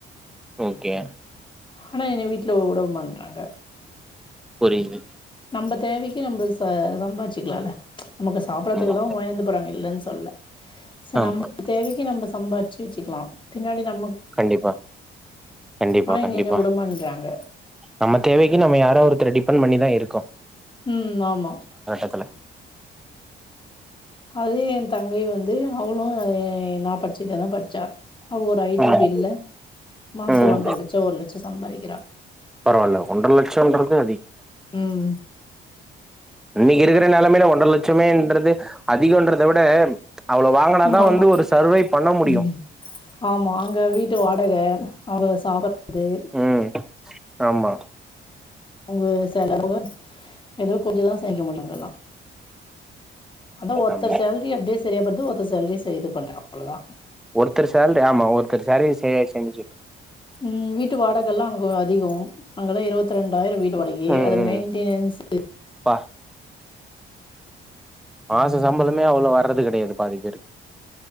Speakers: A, in the centre; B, on the left.
A: ஓகே
B: ஆனா என்ன வீட்டலவுடவு மாட்றாங்க
A: புரியிது
B: நம்ப தேவைக்கி நம்பஸ் ச சம்பார்ச்சிக்லால நமக்கு சாப்ட்றத்துகுலா
A: ஆமா
B: வாயாந்து போட்றாங்க இல்லன் சொல்ல ச
A: ஆமா
B: நம்ம தேவைக்கி நம்ப சம்பார் ச்சுச்சுக்லா பின்னாடி நம்
A: கண்டிப்பா கண்டிப்பா
B: ஆனா இங்க
A: கண்டிப்பா
B: என்ன விடமாட்றாங்க
A: நம்ம தேவைக்கு நம்ம யாரோ ஒருத்தர டிபண்ட் பண்ணிதா இருக்கோ
B: உம் ஆமா
A: த்துல
B: அது எ தங்கை வந்து அவளு அஹ் நா படிச்சப் டிப்பதா பட்ச்சா அவ ஒரு ஐ
A: ம்
B: டி ஃபீல்ட்ல மாச
A: ம்
B: ஒன்ற லெச்ச ஒரு லெச்ச சம்பாரிக்கிறா
A: பரவால்ல ஒன்ற லட்சம்ன்றது
B: உம்
A: இன்னக்கி இருக்குற நெலமைல ஒன்ற லெச் ச்சமேன்றது அதிகன்றத விட அவ்ளோ வாங்குனாதா
B: ஆமா
A: வந்து ஒரு சர்வை பண்ண முடியும்
B: உம் ஆமா அங்க வீட்டு வாடக அவ சாபட்றது
A: ம் ஆமா
B: அங்க செலவு போக எதோ கொஞ்சதா சேமிக்க முடியு அங்கல்லா அதா ஒர்த்தர்
A: ஆமா
B: சேல்ரி அப்டியே சரியா பத் து ஒருத்தர் சேல்ரி செய்து பண்ற அவ்ளதா
A: ஒருத்தரு சேல்ரி ஆமா ஒருத்தரு சேரி செ சேமிச்சுக்கனு
B: உம் வீட்டு வாடகல்லா அங்க அதிகோ அங்கெல்லா இருவத்தி ரெண்டாயிர வீட் ட்டு வாடகையே
A: ம்
B: அதுக்கு
A: ம்
B: மெய்ன்டெனன்ஸ்
A: பா மாச சம்பளமே அவ்ளோ வர்றது கெடையாது பாதி பேருக்கு